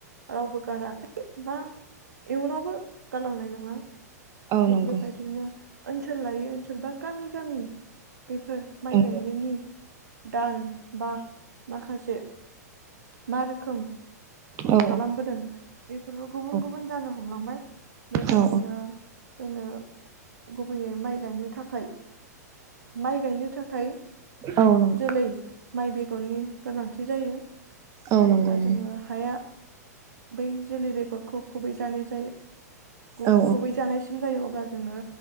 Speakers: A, on the right; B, on the right.
A: रावबो गाराखै बा इयुनावबो गारलांनाय नङा
B: औ
A: थिक
B: नंगौ
A: बेबादिनो ओनसोल लायै ओनसोल बा गामि गामि बेफोर माइ
B: औ
A: गायनायनि दान बा माखासे मा रोखोम
B: औ
A: खालामबोदों बेफोरबो गुबुन
B: औ
A: गुबुन जानो हमलांबाय बेबायदिनो
B: औ
A: जोङो गुबैयै माइ गायनो थाखाय माइ गायनो थाख थाखाय
B: औ नंगौ
A: जोलै माइ बेगर बेगरनि गोनांथि जायो। जेब्ला
B: औ नंगौ नंगौ
A: जोङो हाया बै जोलै बेगरखौ खुबै जानाय जायो। गु
B: औ
A: खुबै जानायसिम जायो। औ अब्ला जोङो